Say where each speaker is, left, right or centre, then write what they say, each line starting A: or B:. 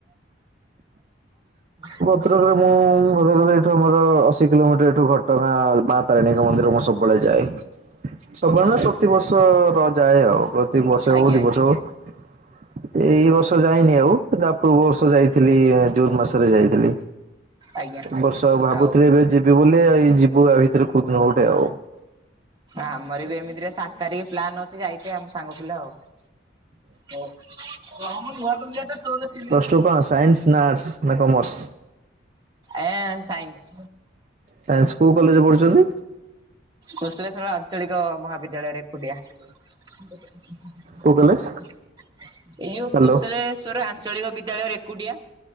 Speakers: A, on the right; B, on the right.
A: <unintelligible>
B: ତ୍ରରେ ମୁଁ ଭଦକରେ ଏଇଠୁ ଆମର ଅଶୀ କିଲୋମିଟର ଏଠୁ ଘଟଗାଁ, ମା ତାରିଣୀଙ୍କ ମନ୍ଦିର ମୁଁ ସବୁବେଳେ ଯାଏ। ସବୁବେଳେ ନୁ ପ୍ରତିିବର୍ଷ ର ଯାଏ ଆଉ, ପ୍ରତି ବର୍ଷ
A: ଆଜ୍ଞା
B: ହୋଉ ଦି ବର୍ଷ ହୋଉ। ଏଇ ବର୍ଷ ଯାଇନି ଆଉ, ତା ପୂର୍ବ ବର୍ଷ ଥିଲି, ଜୁନ୍ ମାସରେ ଯାଇଥିଲି
A: ଆଜ୍ଞା।
B: ବର୍ଷ ଭାବୁଥିଲି
A: ଆଉ
B: ଏବେ ଯି ବୁଲି ଏଇ ଯିବୁ ଆ ଭିତରେ କୋଉଦିନ ଗୋଟେ ଆଉ।
A: ଆମର ବି ଏମିତିରେ ସାତ୍ ତାରିଖ ପ୍ଲାନ୍ ଅଛି ଯାଇତେ ଆମ ସାଙ୍ଗ ପିଲା ଆଉ। ହୋଉ। ରହ ମୁଁ ନୁଆ ତକିଆଟେ ତୋର ତି
B: ପ୍ଲସ ଟୁ କଣ ସାଇନ୍ସ ନା ଆର୍ଟସ ନା କମର୍ସ?
A: ଏଁ, ସାଇନ୍ସ୍।
B: ସାଇନ୍ସ କୋଉ କଲେଜ ପଢୁଛନ୍ତି
A: କୁଶଳେସ୍ୱଳ ଆଞ୍ଚଳିକ ମହାବି ରା ରେକୁଟିଆ। ଏଇ
B: କୋଉ କଲେଜ
A: ଯୋଉ
B: ହ୍ୟାଲୋ
A: କୁଶଳେଶ୍ଵର ଆଞ୍ଚଳିକ ବିଦ୍ୟାଳୟ ରେକୁଟିଆ।